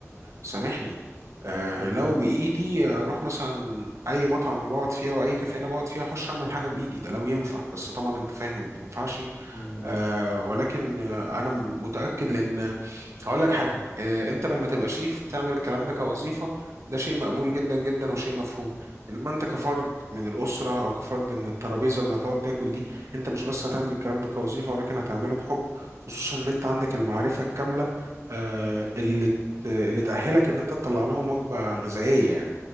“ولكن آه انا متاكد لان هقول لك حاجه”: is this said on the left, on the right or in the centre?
Right